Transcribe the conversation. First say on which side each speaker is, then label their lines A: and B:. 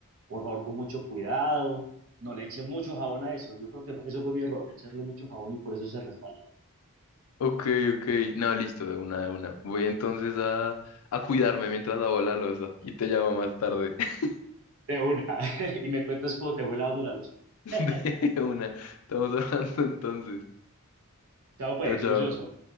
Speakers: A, on the right; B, on the left.
A: por favor, con mucho cuidado, no le eche mucho jabón a eso. Yo creo que eso fue mi error, echarle mucho jabón y por eso se resbaló.
B: Ok, ok. No, listo, de una, de una. Voy entonces a, a cuidarme mientras lavo la losa y te llamo más tarde. <laughs>
A: De una, <laughs> y me cuentas cómo te fue lavando la losa.
B: De
A: <laughs>
B: una. Estamos <laughs> hablando entonces.
A: Chao, pues,
B: Chao, chao.
A: juicioso.